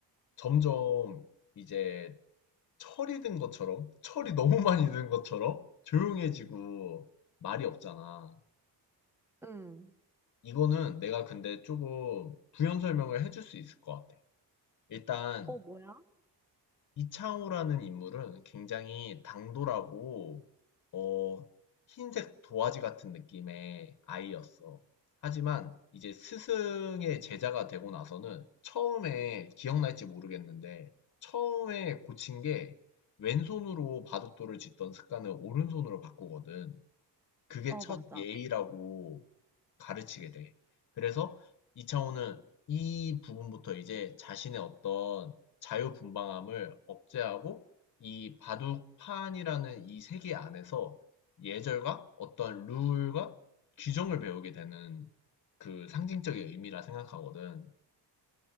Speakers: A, on the left (about 45°); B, in the centre.
A: 점점 이제 철이 든 것처럼, 철이 너무 많이 든 것처럼 조용해지고 말이 없잖아.
B: 응.
A: 이거는 내가 근데 조금 부연 설명을 해줄 수 있을 것 같아. 일단
B: 어, 뭐야?
A: 이창호라는 인물은 굉장히 당돌하고 어 흰색 도화지 같은 느낌의 아이였어. 하지만 이제 스승의 제자가 되고 나서는 처음에 기억날지 모르겠는데 처음에 고친 게 왼손으로 바둑돌을 짓던 습관을 오른손으로 바꾸거든. 그게
B: 어,
A: 첫
B: 맞아.
A: 예의라고 가르치게 돼. 그래서 이창호는 이 부분부터 이제 자신의 어떤 자유분방함을 억제하고 이 바둑판이라는 이 세계 안에서 예절과 어떤 룰과 규정을 배우게 되는 그 상징적인 의미라 생각하거든.